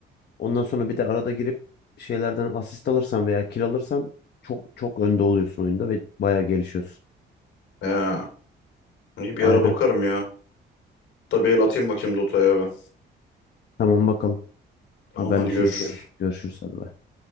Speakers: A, on the left; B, on the left.
A: ondan sonra bir de arada girip şeylerden asist alırsan veya kill alırsan çok çok önde oluyorsun oyunda ve bayağı gelişiyorsun.
B: He. İyi bir
A: Aynen.
B: ara bakarım ya. Da bir el atayım bakayım Dota'ya ben.
A: Tamam bakalım.
B: Tamam
A: Haberleşiriz
B: hadi görüşürüz.
A: gene. Görüşürüz hadi. bay.